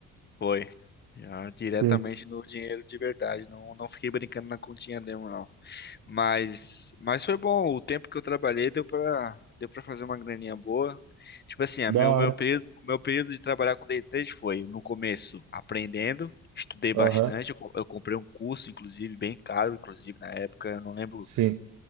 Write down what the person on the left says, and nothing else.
Foi. Já diretamente
no dinheiro de verdade. Não, não fiquei brincando na continha demo, não. Mas, mas foi bom. O tempo que eu trabalhei deu pra, deu pra fazer uma graninha boa. Tipo assim, a
meu,
meu período, o meu período de trabalhar com day trade foi, no começo, aprendendo, estudei bastante.
Eu, co- eu comprei um curso, inclusive, bem caro, inclusive, na época. Eu não lembro,